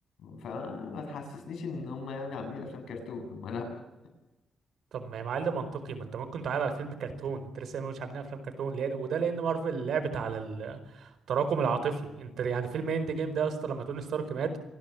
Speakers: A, on the left; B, on the right.
A: فما تحسسنيش ان هم يعني عاملين افلام كرتون هم لا
B: طب ما يا معلم منطقي ما انت ممكن تعرض على فيلم كرتون انت لسه مش عاملين افلام كرتون ليه ده وده لان مارفل لعبت على التراكم العاطفي انت يعني فيلم اند جيم ده يا اسطى لما توني ستارك مات